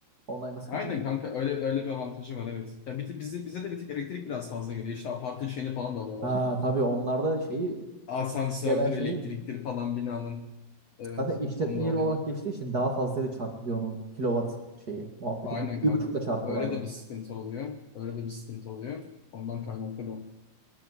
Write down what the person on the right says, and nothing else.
Online nasıl
Ha, tabii onlarda şeyi
gelen şeyi
zaten işletme
yeri
olarak geçtiği için daha fazlayla çarpılıyor onun kilowatt şeyi muhabbeti.
Bir,
bir buçukla
çarpıyorlardı.